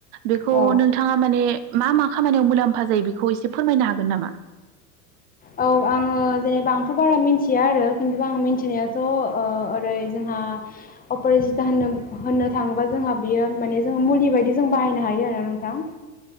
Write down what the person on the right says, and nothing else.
बेखौ
नोंथाङा माने मा मा खामानियाव मुलाम्फा जायो बेखौ एसे फोरमायनो हागोन नामा